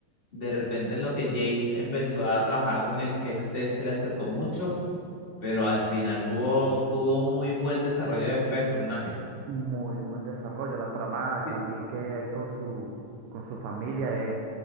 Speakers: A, on the left (about 20°); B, on the right (about 80°).
A: De repente en lo que Jace empezó a trabajar con el Hextech se le acercó mucho, pero al final tuvo, tuvo un muy buen desarrollo de personaje.
B: Muy buen desarrollo. La trama
A: Y-
B: también que hay con su, con su familia es,